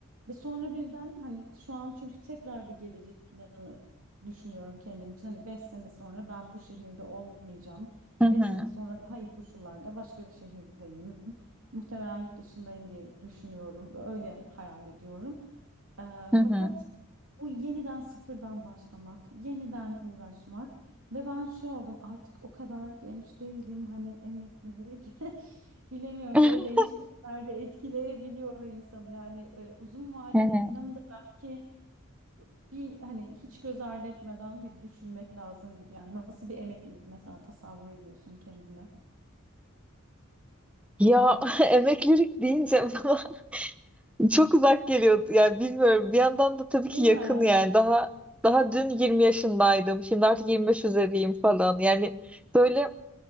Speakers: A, on the right; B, in the centre.
A: Ve sonra birden hani şu an çünkü tekrar bir gelecek planı düşünüyorum kendim için. Hani 5 sene sonra ben bu şehirde olmayacağım.
B: Hı hı,
A: beş sene sonra daha iyi koşullarda başka bir şehirdeyim. Muhtemelen yurt dışındayım diye düşünüyorum. Öyle hayal ediyorum. Eee,
B: hı
A: fakat
B: hı.
A: bu yeniden sıfırdan başlamak, yeniden uğraşmak ve ben şey oldum artık o kadar genç değilim hani emeklilik <laughs> bilemiyorum
B: <laughs>
A: böyle değişkenler de etkileyebiliyor insanı yani e, uzun vadeli
B: Hı hı.
A: planı da belki bir hani hiç göz ardı etmeden bir düşünmek lazım gibi yani nasıl bir emeklilik mesela tasavvur ediyorsun kendine
B: Ya <laughs> emeklilik deyince <laughs> Çok uzak geliyor. Yani bilmiyorum. Bir yandan da tabii ki
A: değil mi?
B: yakın yani. Daha daha dün 20 yaşındaydım. Şimdi artık 25 üzeriyim falan. Yani böyle